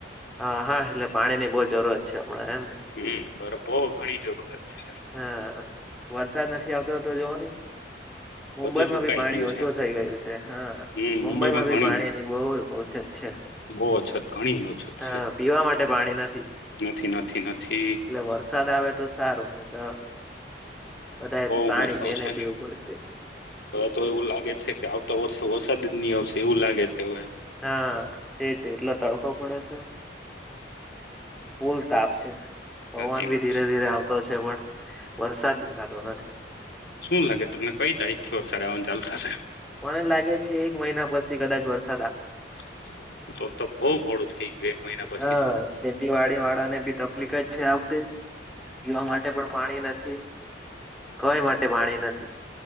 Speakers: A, in the centre; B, on the left.
A: હા હા, એટલે પાણી ની બહુ જરૂરત પણ એમ?
B: હમ બરફો
A: <unintelligible>
B: ઘણી જરૂરત છે
A: હા વરસાદ નથી આવતો તો પેલું <inaudible> મુંબઈમાં
B: બધું સુકાઈ
A: ભી પાણી
B: ગયું
A: ઓછું
B: છે
A: થઈ ગયું છે. હા
B: હમ
A: મુંબઈમાં ભી
B: ઘણી
A: પાણીની બહુ અછત છે.
B: બહુ અછત ઘણી અછત
A: હ
B: છે
A: પીવા માટે પાણી નથી.
B: નથી નથી નથી
A: એટલે વરસાદ વરસાદ આવે તો સારું નઈ તો? બધા
B: બઉ
A: પાણી
B: મથોઓ
A: લઈને
B: છે.
A: પીવું પડશે
B: હવે તો એવું લાગે છે કે આવતો વર્ષ તો વરસાદ જ ની આવશે એવું લાગે છે હવે?
A: હા તે એટલો તડકો પડે છે. ફૂલ તાપ છે.
B: સાચી
A: હવાન ભી
B: વાત
A: ધીરે
B: છે
A: ધીરે આવતો છે. અરે પણ વરસાદ દેખાતો નથી.
B: શું લાગે તમને કઈ તારીખ થી વરસાડ આવવાનું ચાલુ થશે.?
A: મને લાગે છે કે એક મહિના પછી. કદાચ વર્ષે?
B: <unintelligible> તો તો બઉ મોડું. <inaudible> પછી
A: હા,
B: તો
A: ખેતીવાડી વાળા ને બી તકલીક જ છે આ વખતે પીવા માટે પણ પાણી નથી. કઈ માટે પાણી નથી.